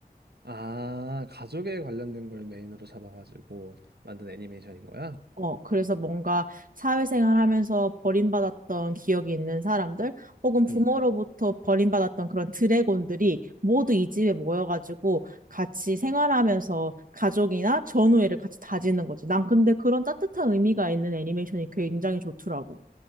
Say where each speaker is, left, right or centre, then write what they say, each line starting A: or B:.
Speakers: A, on the right; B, on the right.
A: 아, 가족에 관련된 걸 메인으로 잡아가지고 만든 애니메이션인 거야?
B: 어, 그래서 뭔가 사회생활하면서 버림받았던 기억이 있는 사람들 혹은 부모로부터
A: 응.
B: 버림받았던 그런 드래곤들이 모두 이 집에 모여가지고 같이 생활하면서 가족이나 전우애를 같이 다지는 거지. 난 근데 그런 따뜻한 의미가 있는 애니메이션이 굉장히 좋더라고.